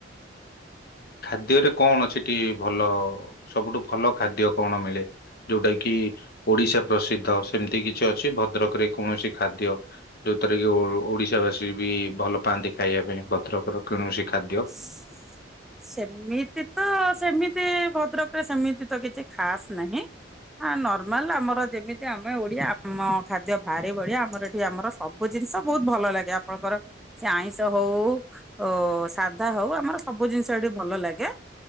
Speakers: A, on the left; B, in the centre.
A: ଖାଦ୍ୟରେ କଣ ଅଛି ଏଠି ଭଲ ସବୁଠୁ ଭଲ ଖାଦ୍ୟ କଣ ମିଳେ? ଯୋଉଟା କି ଓଡିଶା ପ୍ରସିଦ୍ଧ ସେମିତି କିଛି ଅଛି ଭଦ୍ରକରେ କୌଣସି ଖାଦ୍ୟ? ଯୋଉଥିରେ କି ଓ ଓଡିଶା ବାସୀ ବି ଭଲ ପାଆନ୍ତି ଖାଇବା ପାଇଁ ଭଦ୍ରକର କୌଣସି ଖାଦ୍ୟ।
B: <inaudible> ସେମିତି ତ ସେମିତି ଭଦ୍ରକରେ ସେମିତି ତ କିଛି ଖାସ ନାହିଁ। ହଁ ନର୍ମାଲ ଆମର ଯେମିତି ଆମେ ଓଡିଆ ଆମ ଖାଦ୍ୟ ଭାରି ବଢିଆ ଆମର ଏଠି ଆମର ସବୁ ଜିନିଷ ବହୁତ ଭଲ ଲାଗେ ଆପଣଙ୍କର ସେ ଆଇଁଷ ହଉ ଓ ସା ଧା ହଉ ଆମର ସବୁ ଜିନିଷ ଏଠି ଭଲ ଲାଗେ।